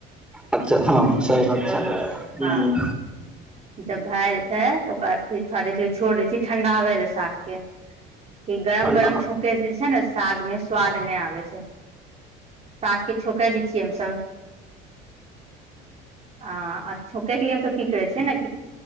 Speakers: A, in the centre; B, on the right.
A: अच्छा हँ सही बात छै
B: हँ
A: हूँ
B: जब भए जाइ छै त ओकरा फेर थोड़ा देरकेलिय छोड़ि दै छियै ठण्डा बै लए साग के कि गरम
A: हुँ
B: गरम छोंके जे छै ने साग में स्वाद नहि आबे छै साग के छोके भी छी हम सब आ छौके की हमसब की करै छीयै ने